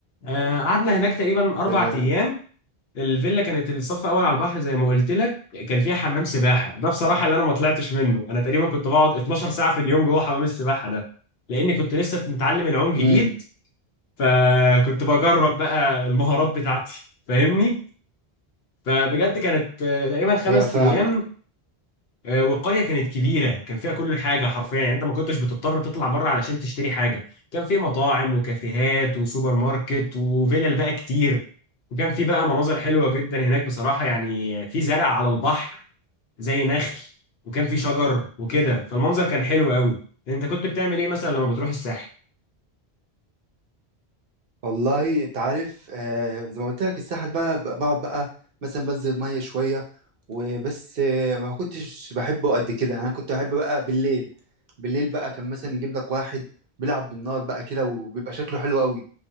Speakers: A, on the left; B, on the right.
A: آه قعدنا هناك تقريبا اربع
B: تمام
A: ايام الفيلا كانت الصف اول على البحر زي ما قلت لك كان فيها حمام سباحه ده بصراحه اللي انا ما طلعتش منه انا تقريبا كنت بقعد 12 ساعه في اليوم جوه حمام السباحه ده لاني كنت لسه متعلم العوم جديد
B: امم
A: فكنت بجرب بقى المهارات بتاعتي فاهمني فبجد كانت آه، تقريبا خمس
B: هي فاهمك
A: ايام آه، والقريه كانت كبيره كان فيها كل حاجه حرفيا يعني انت ما كنتش بتضطر تطلع بره علشان تشتري حاجه كان في مطاعم وكافيهات وسوبر ماركت وفيلل بقى كتير وكان في بقى مناظر حلوه جدا هناك بصراحه يعني في زرع على البحر زي نخل وكان في شجر وكده فالمنظر كان حلو قوي انت كنت بتعمل ايه مثلا لما بتروح الساحل
B: والله انت عارف آه زي ما قلت لك الساحل بقى بقى- بقعد بقى مثلا بنزل ميه شويه وبس آه ما كنتش بحبه قد كده يعني انا كنت بحب بقى بالليل بالليل بقى كان مثلا يجيب لك واحد بيلعب بالنار بقى كده وبيبقى شكله حلو قوي